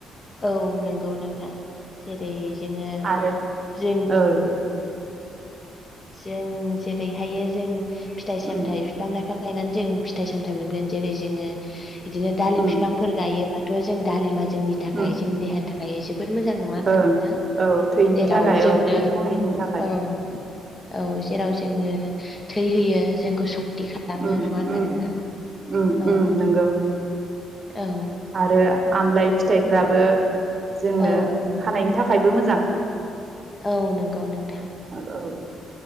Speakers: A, on the left; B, on the right.
A: औ नंगौ नोंथां जेरै जोङो
B: आरो
A: जों
B: औ दे
A: जों जेरैहायो जों फिथाइ सामथाइ
B: उम
A: बिफां लाइफां गायनानै जों फिथाइ सामथाय मोनगोन जेरै जोङो बिदिनो दालिम
B: उम
A: बिफां फोर गायोबाथ' जों दालिमा जोंनि थाखाय
B: उम
A: जोंनि देहानि थाखाय ओमफ्राय जोबोद मोजां नङा होनबा
B: ओं
A: नोंथां
B: औ थैनि
A: जेराव
B: थाखाय
A: जोंनो
B: औ थै खमिनि थाखाय
A: औ औ जेराव जोंनो थै होयो जोंखौ सक्ति खालाम दामो
B: उम
A: नङा होनबा
B: उम
A: नोंथां
B: उम
A: औ
B: उम नंगौ
A: औ
B: आरो आमलाय फिथाइफ्राबो जोंनो
A: औ
B: खानायनि थाखायबो मोजां
A: औ नंगौ नोंथां
B: औ औ